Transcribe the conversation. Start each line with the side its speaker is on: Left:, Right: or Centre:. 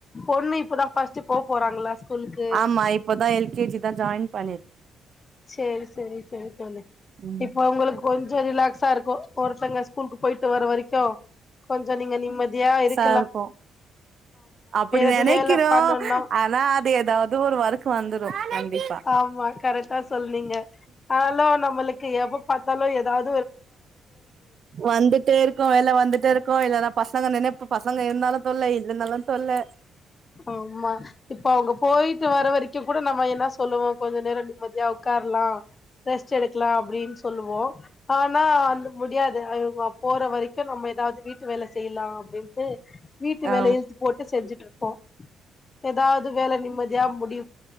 Left: பொண்ணு இப்பதா ஃபர்ஸ்ட்டு போ போறாங்களா ஸ்கூலுக்கு
Right: ஆமா இப்பதா எல் கே ஜி தா ஜாயின் பண்ணிர்
Left: சேரி செரி செரி தோழி
Right: ம்
Left: இப்ப உங்களுக்கு கொஞ் சோ ரிலாக்ஸார்க்கூ ஒருத்தங்க ஸ்கூல்கு போயிட்டு வர வரைக்கூ கொஞ்சோ நீங்க நிம்மதியா இருக்
Right: ஆர்க்கோ அப்டி நெனைக்கிறோ
Left: எது வேல பண்ணுனா
Right: ஆனா அது ஏதாவ்து ஒரு வர்க் வந்துரு கண்டிப்பா
Left: ஆமா கரெக்டா சொல்லீங்க ஆலூ நம்மளுக்கு எப்ப பாத்தாலு ஏதாவ்த்
Right: வந்துட்டேர்க்கூ வேல வந்துட்டேர்க்கூ இல்லனா பசங்க நெனைப் பசங்க இருந்தாலு தொல்ல இல்லனாலு தொல்ல
Left: ஆமா இப்ப அவுங்க போயிட்டு வர வரைக்கூ கூட நம்ம என்ன சொல்லுவோ கொஞ்ச நேரோ நிம்மதியா உக் கார்லா ரெஸ்ட் எடுக்குலா அப்பிடின் சொல்லுவோ ஆனா அந்த முடியாது அவங்க போற வரைக்கூ நம்ம ஏதாவ்து வீட்டு வேல செய்லா அப்டின்ட்டு வீட்டு
Right: ஆ
Left: வேலையில் போட்டு செஞ்சுட்ருப்போ ஏதாவ்து வேல நிம்மதியா முடியு